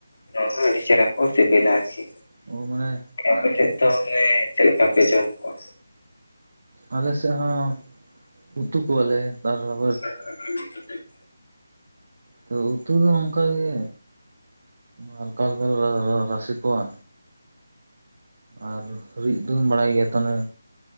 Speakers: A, on the left; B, on the right.
A: ᱱᱚᱣᱟ ᱦᱚᱸ ᱟᱹᱰᱤ ᱪᱮᱦᱨᱟ ᱠᱚ ᱥᱤᱵᱤᱞᱟ ᱟᱨᱠᱤ,
B: ᱚ ᱢᱟᱱᱮ
A: ᱟᱯᱮᱥᱮᱫ ᱫᱚ ᱢᱟᱱᱮ ᱪᱮᱫ ᱞᱮᱠᱟ ᱯᱮ ᱡᱚᱢ ᱠᱚᱣᱟ?
B: ᱟᱞᱮᱥᱮᱫ ᱦᱚᱸ, ᱩᱛᱩ ᱠᱚᱣᱟᱞᱮ ᱟᱨᱦᱚ
A: <inaudible>
B: ᱛᱚ ᱩᱛᱩ ᱫᱚ ᱚᱱᱠᱟ ᱜᱮ, ᱦᱟᱞᱠᱟᱞᱠᱟᱞ <unintelligible> ᱨᱟᱥᱤ ᱠᱚᱣᱟ, ᱟᱨ ᱦᱩᱭᱩᱜ ᱫᱚᱢ ᱵᱟᱲᱟᱭ ᱜᱮᱭᱟ ᱛᱚ ᱚᱱᱟ?